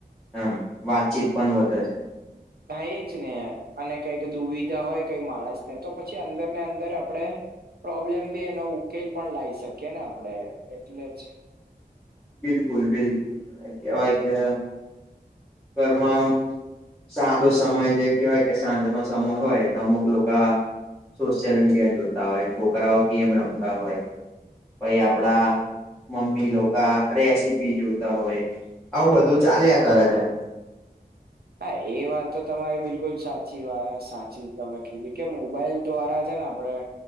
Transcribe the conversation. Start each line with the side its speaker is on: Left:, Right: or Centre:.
Centre: એમ વાતચીત પણ વધે છે.
Right: થાય એ જ ને અને કઈક દુવિધા હોય કઈ માણસ ને તો પછી અંદર ને અંદર આપડે પ્રોબ્લેમ બી એનો ઉકેલ પણ લાઈ શકીએ ને આપડે એટલે જ
Centre: બિલકુલ બિલકુલ કેવાય કે ઘર મા આમ સાદો સમય જે કહેવાય કે સાંજ નો સમય હોય તો અમુક લોકા આ સોશિયલ મીડિયા જોતા હોય છોકરાઓ ગેમ રમતા હોય પઈ આપડા મમ્મી લોકા રેસીપી જોતા હોય આવું બધું ચાલ્યા કરે છે.
Right: હા એ વાત તો તમારી બિલકુલ સાચી વાત સાચી તમે કીધી કે મોબાઈલ દ્વારા છે ને આ પડે